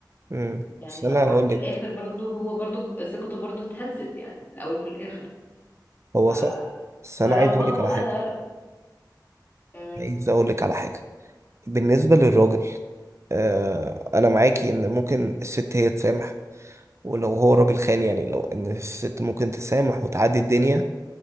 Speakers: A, on the right; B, on the left.
A: امم
B: يعني
A: بس انا
B: ه-
A: اقول
B: في
A: لك
B: الاخر برضو هو برضو ثقته برضو اتهزت يعني في الاول وفي الاخر
A: هو
B: ف...
A: صح بس انا
B: فلو
A: عايز
B: هو
A: اقول لك على
B: قدر
A: حاجة
B: تمام
A: عايز اقول لك على حاجة بالنسبة للراجل آه انا معاكي ان ممكن الست هي تسامح ولو هو راجل خان يعني لو ان الست ممكن تسامح وتعدي الدنيا